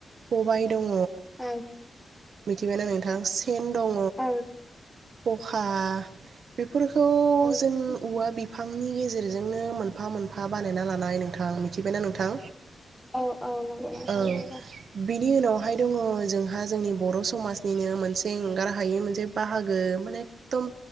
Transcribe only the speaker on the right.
खबाइ दङ
मिथिबायना नोंथां सेन दङ
खखा बिफोरखौ जों
औवा बिफां बिफांनि गेजेरजोंनो मोनफा मोनफा बानायना लानाय नोंथां मिथिबायना नोंथां।
औ
बिनि उनाव दङ जोंहा जोंनि बर' समाजनिनो मोनसे एंगार हायै मोनसे बाहागो माने एखदम